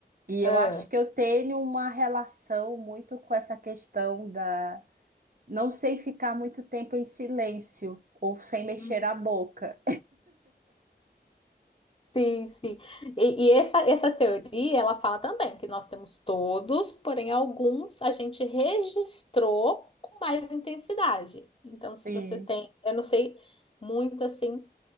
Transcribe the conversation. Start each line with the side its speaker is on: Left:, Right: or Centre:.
Right: e eu
Left: Ah.
Right: acho que eu tenho uma relação muito com essa questão da não sei ficar muito tempo em silêncio ou sem mexer
Left: Uhum.
Right: a boca.
Left: Sim, sim. E, e essa, essa teoria, ela fala também que nós temos todos, porém alguns a gente registrou com mais intensidade. Então, se
Right: Sim.
Left: você tem, eu não sei muito assim